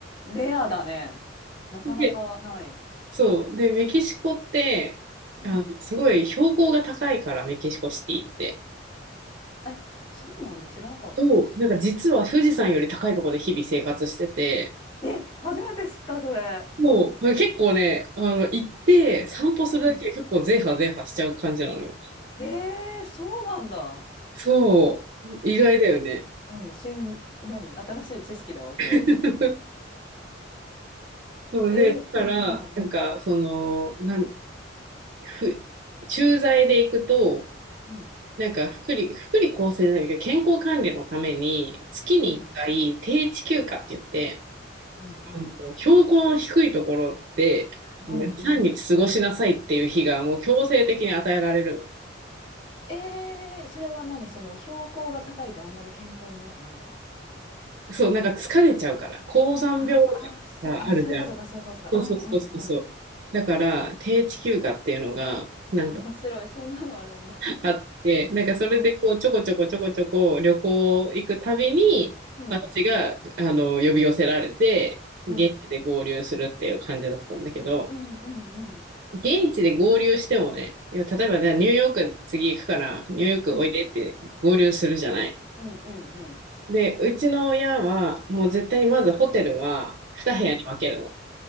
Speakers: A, on the left; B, on the right.
A: レアだね。なかなかない。
B: で、そう。で、メキシコって、
A: うん。
B: あの、すごい標高が高いから、メキシコシティって。
A: え、そうなんだ。知らなかった。
B: そう、なんか実は富士山より高いところで日々生活してて、
A: え、初めて知った、それ。
B: もう結構ね、あの、行って散歩するだけで結構ゼーハ派ゼーハしちゃう感じなのよ。
A: うん。へえ、そうなんだ。
B: そう、意外だよね。
A: なんか、うん、新、何、新しい知識だわ、今日。
B: <laughs> そうで、
A: えー、
B: だから、
A: うんうん
B: なんか、その、なん、ふ、駐在で行くと、
A: うん
B: なんか、福利、福利厚生じゃないけど、健康管理のために、月に1回、
A: うん
B: 定置休暇って言って、
A: うん
B: あの、標高の低いところで、
A: うんうん。
B: 2、3日過ごしなさいっていう日がもう強制的に与えられるのね。
A: えー、それは何、その標高が高いとあんまり健康に良くないからってこと
B: そう、なんか疲れちゃうから、高山病とかがあるじゃん。
A: あーあー、そう、あ、そういうことか、そういうことか。
B: そうそうそうそうそう。
A: うんうんうん。
B: だから、低地休暇っていうのが、なんか
A: 面白い、そんなのあるんだ。
B: あって、なんかそれでこう、
A: うん
B: ちょこちょこちょこちょこ旅行行くたびに、
A: うん
B: 私が、あの、呼び寄せられて、現地で合流するっていう感じだったんだけど、
A: うんうんうんうん。
B: 現地で合流してもね、いや例えばね、ニューヨーク次行くから、ニューヨークおいでって合流するじゃない。
A: うん。うんうんうん。
B: で、うちの親は、もう絶対にまずホテルは二部屋に分けるの。
A: うん。